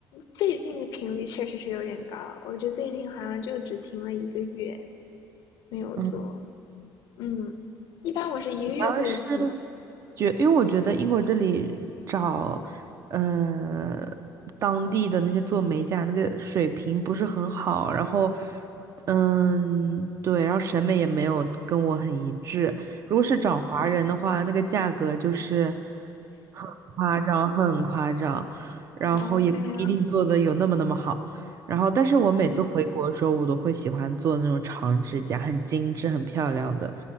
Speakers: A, on the left; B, on the right.
A: 最近的频率确实是有点高，我觉得最近好像就只停了一个月没有做。
B: 嗯，
A: 嗯，一般我是一个月做一次嘛。
B: 主要是觉，因为我觉得英国这里找，呃，当地的那些做美甲那个水平不是很好，然后，嗯，对，然后审美也没有跟我很一致。如果是找华人的话，
A: 嗯，
B: 那个价格就是很夸张，很夸张，然后也不一定做的有那么那么好。
A: 哦，这样，
B: 然后，但是我每次回国的时候，
A: 嗯
B: 我都会喜欢做那种长指甲，很精致、很漂亮的。